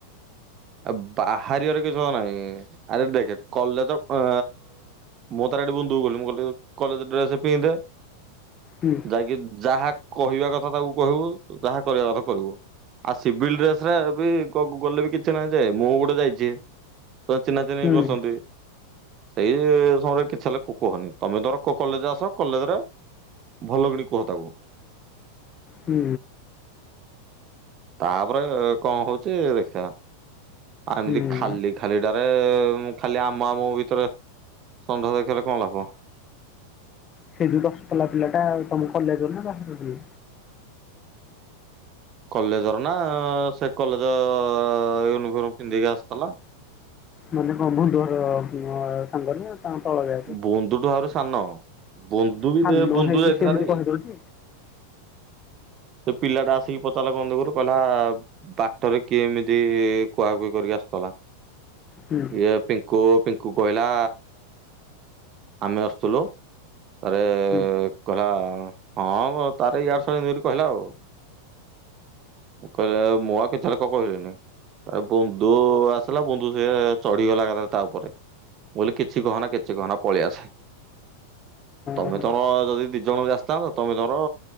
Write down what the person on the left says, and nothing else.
ହୁଁ।
ହୁଁ
ହୁଁ।
ହୁଁ
ସେଇ ଯୋଉ ଦଶପଲା ପିଲାଟା ଆଉ ତମ କଲେଜର ନାଁ ବାହାରରୁ
ମାନେ କଁ ବନ୍ଧୁହର ଅ ସାଙ୍ଗ ନାଁ ତାଁ ତଳ ବ୍ୟା
ସାନ
ହେଇକି
ସେ ଏମିତି
କହିଦଉଛି
ହୁଁ
ହୁଁ
ଓହୋ।